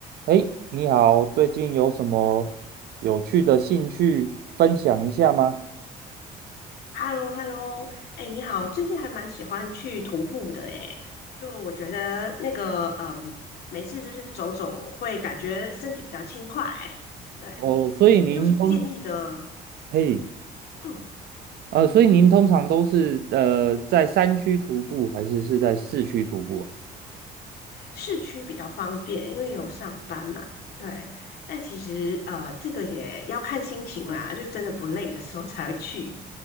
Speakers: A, on the right; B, on the left.
A: 哎，你好，最近有什么有趣的兴趣分享一下吗？
B: h e l l o h e l l o 哎，你好，最近还蛮喜欢去徒步的哎，就我觉得那个，嗯，没事就是走走，会感觉身体比较轻快。对，
A: 哦，所以您通，
B: 你有什么建议的？
A: 嘿，
B: 嗯，
A: 呃，所以您通常都是呃在山区徒步，还是是在市区徒步啊？
B: 市区比较方便，因为有上班嘛。对，但其实呃，这个也要看心情啦，就真的不累的时候才会去。